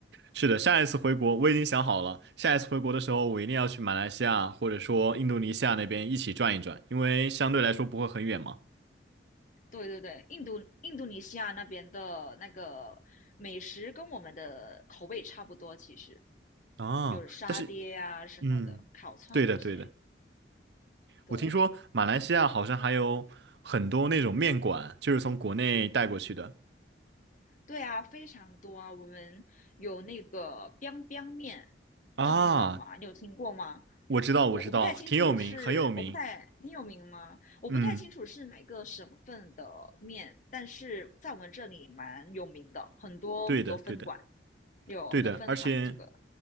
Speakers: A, on the right; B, on the left.
A: 是的，下一次回国我已经想好了，下一次回国的时候我一定要去马来西亚或者说印度尼西亚那边一起转一转，因为相对来说不会很远嘛。
B: 对对对，印度印度尼西亚那边的那个美食跟我们的口味差不多，其实
A: 啊，
B: 有沙爹啊什么的，
A: 但是，嗯，
B: 烤串那些。
A: 对的对的，
B: 对，
A: 我听说马来西亚好像还有很多那种面馆，就是从国内带过去的。
B: 对啊，非常多啊。我们有那个 biang biang 面，
A: 啊，
B: 不懂你懂吗？你有听过吗？
A: 我知道我知道，
B: 我我不太清楚是，
A: 挺有名，很有名。
B: 我不太挺有名吗？我不太清楚是哪个省份的面，
A: 嗯，
B: 但是在我们这里蛮有名的，很多很多分馆，
A: 对的对的
B: 有很多分行。
A: 对的，而且，
B: 这个，